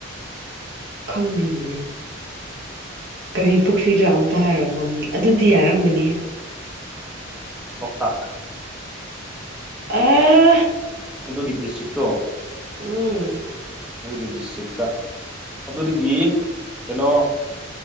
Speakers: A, on the right; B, in the centre.
A: ꯈꯪꯗꯦꯅꯦ ꯀꯔꯤ ꯄꯨꯈ꯭ꯔꯤꯔ ꯑꯝꯇ ꯍꯥꯏꯔꯣꯏ ꯃꯃꯤ ꯑꯗꯨꯗꯤ ꯌꯥꯔꯝꯒꯅꯤ
B: ꯂꯣꯛꯇꯥꯥꯛ
A: ꯑꯦ
B: ꯑꯗꯨꯒꯤ ꯗꯤꯁꯇ꯭ꯔꯤꯛꯇꯣ
A: ꯎꯝ
B: ꯑꯗꯨꯒꯤ ꯗꯤꯁꯇ꯭ꯔꯤꯛꯇ ꯑꯗꯨꯗꯒꯤ ꯀꯩꯅꯣ